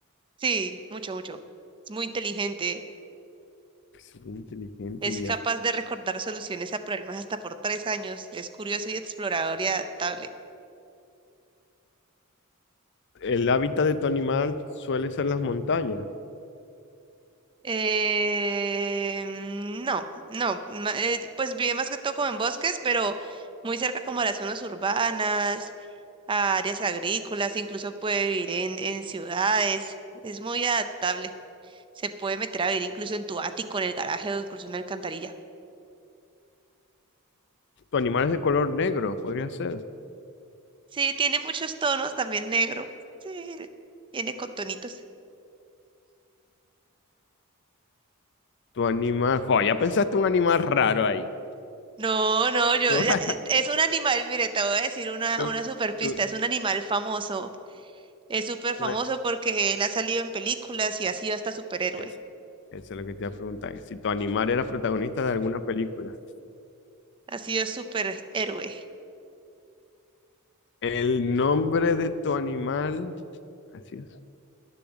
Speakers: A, on the right; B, on the left.
A: Sí, mucho, mucho. Es muy inteligente.
B: Es muy inteligente
A: Es
B: y
A: capaz
B: ya.
A: de recordar soluciones a problemas hasta por tres años. Es curioso y explorador y adaptable.
B: El hábitat de tu animal suele ser las montañas.
A: Eh, no, no, ma- eh, pues vive más que todo como en bosques, pero muy cerca como a las zonas urbanas, a áreas agrícolas, incluso puede vivir en, en ciudades, es muy adaptable, se puede meter a vivir incluso en tu ático, en el garaje o incluso en una alcantarilla.
B: Tu animal es de color negro, podría ser.
A: Sí, tiene muchos tonos, también negro, sí, viene con tonitos.
B: Tu animal. Oh, ya pensaste un animal raro ahí.
A: No, no, yo,
B: Tu, <laughs>
A: ya, eh, es un animal, mire, te voy a decir una,
B: tu-
A: una super pista,
B: tu-
A: es un animal famoso. Es súper famoso
B: tu-
A: porque él ha salido en películas y ha sido hasta superhéroe.
B: eso, eso es lo que te iba a preguntar. Si tu animal era protagonista de alguna película.
A: Ha sido superhéroe.
B: El nombre de tu animal. Así es.